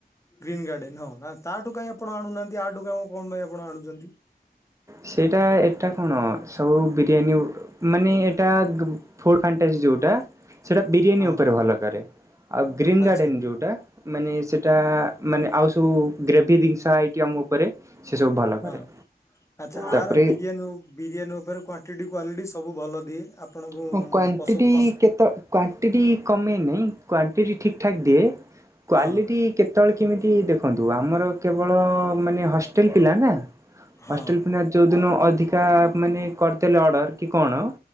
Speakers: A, on the left (about 15°); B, on the right (about 20°).
A: ଗ୍ରୀନ୍ ଗାର୍ଡେନ ହଁ ନା ତାଠୁ କାଇଁ ଆପଣ ଆଣୁନାହାନ୍ତି ଆଠୁ କାଇଁ କଣ ପାଇଁ ଆପଣ ଆଣୁଛନ୍ତି?
B: ସେଟା ଏଟା କଣ ସବୁ ବିରିୟାନୀ ଉ ମାନେ ଏଟା ଗୁ ଫୁଡ଼ ଫଣ୍ଟାସି ଯୋଉ ଟା ସେଟା ବିରିୟାନୀ
A: ହଁ
B: ଉପରେ ଭଲ କରେ ଆଉ ଗ୍ରୀନ
A: ଆଚ୍ଛା।
B: ଗଡେନ ଯୋଉଟା ମାନେ ସେଇଟା ମାନେ ଆଉ ସବୁ ଗ୍ରେଭି ଜିନିଷ ଆଇଟିମ୍ ଉପରେ ସେ ସବୁ ଭଲ
A: ହଁ
B: କରେ।
A: ଆଚ୍ଛା
B: ତାପରେ
A: ଆର ବିରିୟାନୀ ହୋଉ ବିରିୟାନୀ ଉପରେ କ୍ଵାଣ୍ଟିଟି କ୍ୱାଲିଟି ସବୁ ଭଲ ଦିଏ। ଆପଣଙ୍କୁ
B: ହଁ କ୍ଵାଣ୍ଟିଟି
A: ପସନ୍ଦ ପସ
B: କେତେ କ୍ଵାଣ୍ଟିଟି କମେ ନି କ୍ଵାଣ୍ଟିଟି ଠିକ୍ ଠାକ୍ ଦିଏ। କ୍ଵାଲିଟି
A: ହଁ
B: କେତେବେଳେ କେମିତି ଦେଖନ୍ତୁ ଆମର କେବଳ ମାନେ ହଷ୍ଟେଲ ପିଲା ନା--କି
A: ହଁ
B: ହଷ୍ଟେଲ ପିଲା ଯୋଉ ଦିନ ଅଧିକା ମାନେ କରିଦେଲେ ଅର୍ଡର କି କଣ